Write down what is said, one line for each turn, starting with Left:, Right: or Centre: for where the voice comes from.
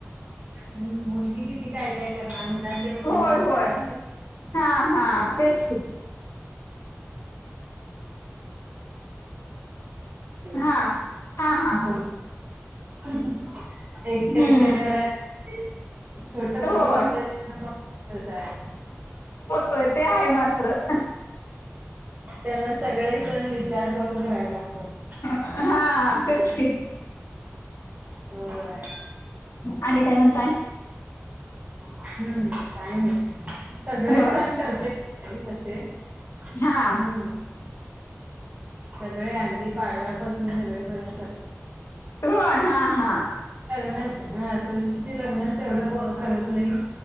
Right: हम्म मुलगी किती काय काय करणार निदान ते
Left: होय
Right: करू शक्तीया
Left: होय
Right: ना
Left: हा हा तेच की हा
Right: <unintelligible>
Left: हा हा
Right: हो एकट
Left: हम्म
Right: एकट घरात छोट
Left: होय
Right: कुटुंब असल की प्रॉब्लेमच आहे.
Left: होय ते आहे मात्र.
Right: त्यांन सगळे सण विचार करून करायला लागतात.
Left: हा तेच की!
Right: होय!
Left: आणि काय म्हणताय?
Right: हम्म काही नाही, सगळे
Left: होय
Right: सण करते. काही तसे, हम्म
Left: हा
Right: सगळे अगदी पाडव्यापासून सगळेपर्यंत करते.
Left: होय हा हा
Right: लग्नाच हं तुळशीचे लग्नाच तेवढं कोण करत नाही.